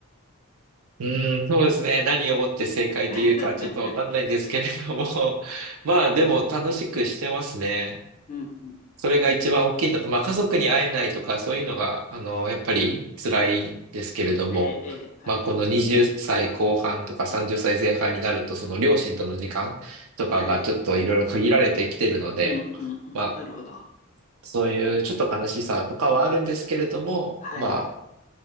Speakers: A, on the right; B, on the left.
A: うーん、そうですね。何をもって正解というか、
B: <laughs>
A: ちょっとわかんないんですけれども。<laughs> まあ、でも楽しくしてますね。
B: うん、うん。
A: それが一番大きいんだ。まあ、家族に会えないとか、そういうのが、あの、やっぱり辛いですけれども。
B: ええ、ええ、はい。
A: まあ、この20歳後半とか30歳前半になると、その両親との時間とかがちょっといろいろ限られてきてるので、
B: はい。うん、うん、うん。
A: まあ、
B: なるほど。
A: そういうちょっと悲しさとかはあるんですけれども、
B: はい。
A: まあ、